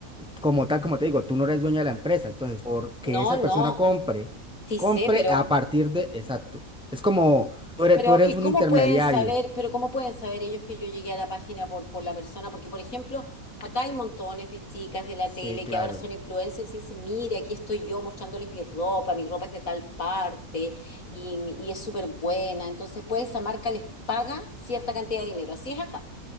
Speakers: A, in the centre; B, on the left.
A: como tal, como te digo, tú no eres dueño de la empresa. Entonces, porque
B: No,
A: esa
B: no,
A: persona compre,
B: sí
A: compre
B: sé, pero
A: a partir de, exacto. Es como tú eres,
B: Pero,
A: tú eres
B: ¿y
A: un
B: cómo
A: intermediario.
B: pueden saber, pero cómo pueden saber ellos que yo llegué a la página por, por la persona? Porque, por ejemplo, acá hay montones de chicas de la
A: Sí,
B: tele
A: claro.
B: que ahora son influencers y dicen, mire, aquí estoy yo mostrándoles mi ropa, mi ropa es de tal parte y, y es súper buena. Entonces, pues esa marca les paga cierta cantidad de dinero. Así es acá.